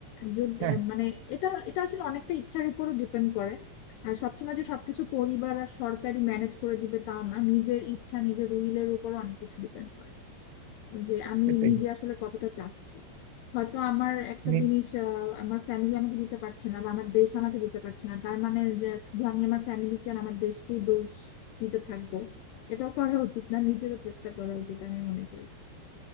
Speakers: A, on the left; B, on the right.
A: যদি
B: হ্যাঁ
A: আহ, মানে এটা এটা আসলে অনেকটা ইচ্ছার উপরও ডিপেন্ড করে আর সবসময় যে সবকিছু পরিবার আর সরকারি ম্যানেজ করে দিবে তাও না নিজের ইচ্ছা নিজের উইলের উপর অনেক কিছু ডিপেন্ড করে যে আমি
B: সেটাই
A: নিজে আসলে কতটা চাচ্ছি হয়তো আমার একটা
B: মানে
A: জিনিস আহ, আমার ফ্যামিলি আমাকে দিতে পারছে না বা আমার দেশ আমাকে দিতে পারছে না তার মানে যে শুধু আমি আমার ফ্যামিলিকে আর আমার দেশকেই দোষ দিতে থাকবো এটাও করা উচিত না নিজেরও চেষ্টা করা উচিত আমি মনে করি